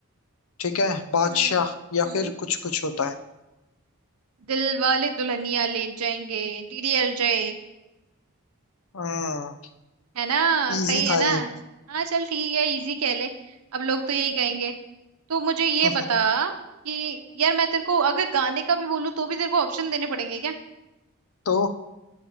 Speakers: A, on the left; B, on the right.
A: ठीक है बादशाह
B: हम्म
A: या
B: हम्म
A: फिर कुछ कुछ होता है
B: दिल वाले दुल्हनिया ले जाएंगे डीडीएलजे
A: हम्म
B: है ना सही
A: इजी
B: है
A: था
B: ना
A: ये
B: हाँ चल ठीक है इजी कह ले अब लोग तो यही कहेंगे तो मुझे ये
A: <laughs>
B: बता कि यार मैं तेरे को अगर गाने का भी बोलूँ तो भी तेरे को ऑप्शन देने पड़ेंगे क्या
A: तो